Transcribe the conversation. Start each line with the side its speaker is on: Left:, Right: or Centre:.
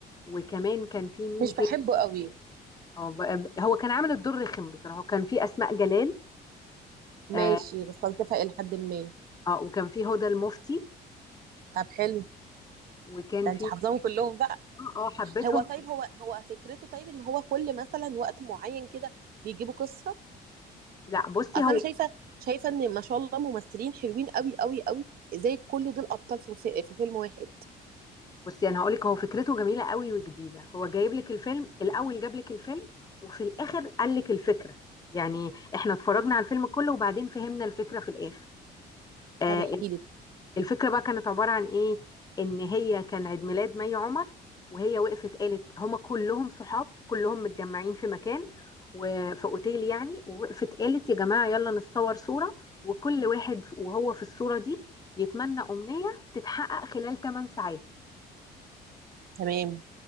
Left: وكمان كان في مين
Right: مش
Left: تاني
Right: بحبه قوي
Left: آه، ب- ب- هو كان عامل الدور رخم بصراحه وكان في اسماء جلال
Right: ماشي
Left: اه
Right: بس بلتفق الى حد ما
Left: آه، وكان في هدى المفتي
Right: طب حلو
Left: وكان
Right: ده
Left: في
Right: انت حافظاهم كلهم بقى
Left: اه اه حبيتهم
Right: هو طيب هو هو فكرته طيب ان هو كل مثلا وقت معين كده بيجيبوا قصه
Left: لا بصي
Right: اصل
Left: هو
Right: انا شايفه شايفه ان ما شاء الله ممثلين حلوين قوي قوي قوي ازاي كل دول ابطال في, في, في فيلم واحد
Left: بصي انا هقول لك هو فكرته جميله قوي وجديده هو جايب لك الفيلم الاول جاب لك الفيلم وفي الاخر قال لك الفكره يعني احنا اتفرجنا على الفيلم كله وبعدين فهمنا الفكره في الاخر آه
Right: طب احكي لي
Left: الفكرة بقى كانت عبارة عن ايه ان هي كان عيد ميلاد مي عمر وهي وقفت قالت هما كلهم صحاب كلهم متجمعين في مكان وفي اوتيل يعني ووقفت قالت يا جماعة يلا نتصور صورة وكل واحد وهو في الصورة دي يتمنى أمنية تتحقق خلال 8 ساعات
Right: تمام